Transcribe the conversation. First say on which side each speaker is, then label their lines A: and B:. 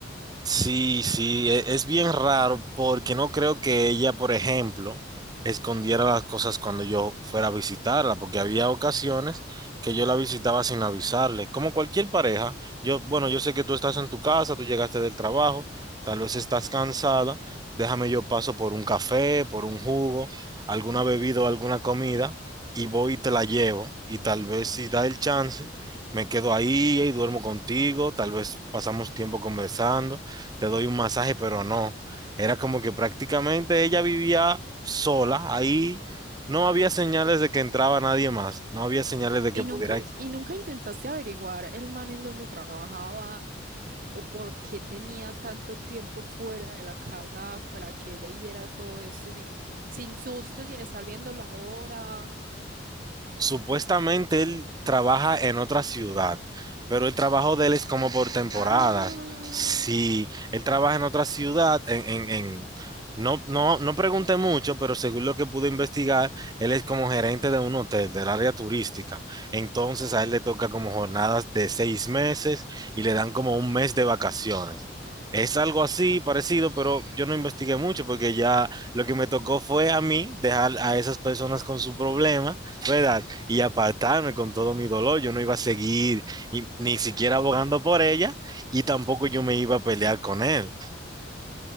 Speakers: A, on the right; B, on the right.
A: Sí, sí, e- es bien raro porque no creo que ella, por ejemplo, escondiera las cosas cuando yo fuera a visitarla, porque había ocasiones que yo la visitaba sin avisarle. Como cualquier pareja, yo, bueno, yo sé que tú estás en tu casa, tú llegaste del trabajo, tal vez estás cansada, déjame yo paso por un café, por un jugo, alguna bebida o alguna comida y voy y te la llevo y tal vez si da el chance. Me quedo ahí y duermo contigo, tal vez pasamos tiempo conversando te doy un masaje, pero no. Era como que prácticamente ella vivía sola, ahí no había señales de que entraba nadie más, no había señales de que
B: ¿Y
A: pudiera
B: nunca, y nunca intentaste averiguar el man en donde trabajaba o por qué tenía tanto tiempo fuera de la casa para que ella hiciera todo esto sin, sin susto, sin estar viendo la hora?
A: Supuestamente él trabaja en otra ciudad, pero el trabajo de él es como por temporadas.
B: Ah,
A: Si él trabaja en otra ciudad, en, en, en- no, no, no pregunté mucho, pero según lo que pude investigar, él es como gerente de un hotel del área turística. Entonces a él le toca como jornadas de seis meses y le dan como un mes de vacaciones. Es algo así parecido, pero yo no investigué mucho porque ya lo que me tocó fue a mí dejar a esas personas con su problema. ¿Verdad? y apartarme con todo mi dolor. Yo no iba a seguir y- ni siquiera abogando por ella y tampoco yo me iba a pelear con él.